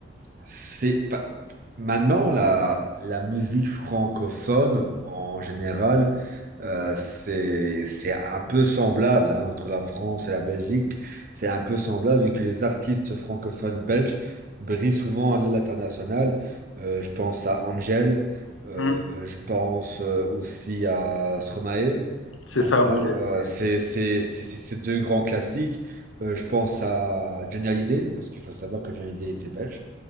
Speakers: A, on the right; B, on the left.
A: c'est pas- maintenant la, la musique francophone en général, euh, c'est c'est un peu semblable hein, entre la France et la Belgique. C'est un peu semblable vu que les artistes francophones belges brillent souvent à l'international. Euh, je pense à Angèle, euh,
B: Hmm,
A: euh, je pense euh, aussi à Stromae.
B: c'est
A: Hein,
B: ça,
A: voilà,
B: ouais. les- ouais, ouais.
A: Euh, c'est c'est- c'est- c'est- c'est deux grands classiques. Euh, je pense à Johnny Hallyday, parce qu'il faut savoir que Johnny Hallyday était belge